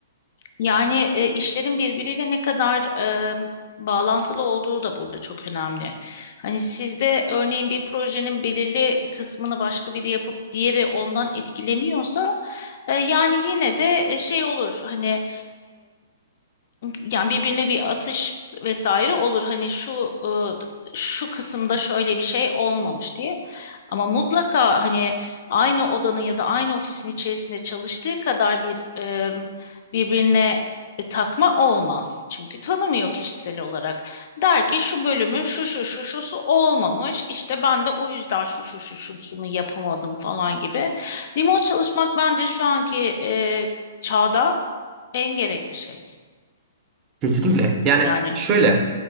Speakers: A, on the left; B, on the right.
A: Yani e, işlerin birbiriyle ne kadar e, bağlantılı olduğu da burada çok önemli. Hani sizde örneğin bir projenin belirli kısmını başka biri yapıp diğeri ondan etkileniyorsa e, yani yine de e, şey olur hani yani birbirine bir atış vesaire olur. Hani şu e, şu kısımda şöyle bir şey olmamış diye. Ama mutlaka hani aynı odanın ya da aynı ofisin içerisinde çalıştığı kadar bir e, birbirine e, takma olmaz. Çünkü tanımıyor kişisel olarak. Der ki şu bölümün şu şu şu şusu olmamış. İşte ben de o yüzden şu şu şu şusunu yapamadım falan gibi. Remote çalışmak bence şu anki e, çağda en gerekli şey.
B: Kesinlikle. Yani
A: Yani
B: şöyle